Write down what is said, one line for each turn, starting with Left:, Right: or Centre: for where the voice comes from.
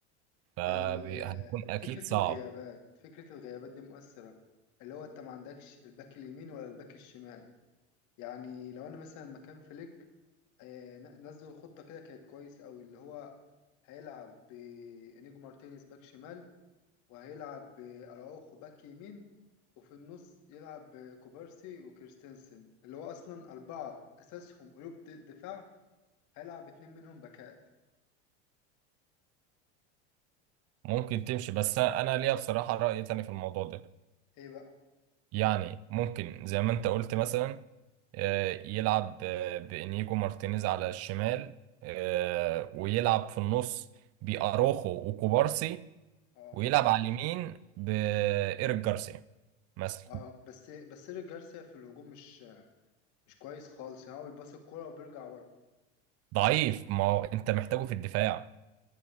Right: فهيكون
Left: ال- آه،
Right: أكيد
Left: فكرة
Right: صعب
Left: الغيابات فكرة الغيابات دي مؤثرة اللي هو انت ما عندكش الباك اليمين ولا الباك الشمال يعني لو انا مثلا مكان فليك آه، ن- نزل الخطة كده كانت كويسة قوي اللي هو هيلعب بإنيجو مارتينيز باك شمال وهيلعب بأراوخو باك يمين وفي النص يلعب بكوبارسي وكريستنسن اللي هو أصلا أربعة أساسهم قلوب د- دفاع هيلعب اتنين منهم باكات
Right: ممكن تمشي بس أنا ليا بصراحة رأي تاني في الموضوع ده
Left: إيه بقى؟
Right: يعني ممكن زي ما انت قلت مثلا آه، يلعب آه، بإنيجو مارتينيز على الشمال آه، ويلعب في النص بأروخو وكوبارسي
Left: آه
Right: ويلعب على اليمين بإيريك جارسيا مثلا
Left: آه بس بس إيريك جارسيا في الهجوم مش مش كويس خالص يعني هو بيباص الكورة وبيرجع ورا
Right: ضعيف ما هو انت محتاجه في الدفاع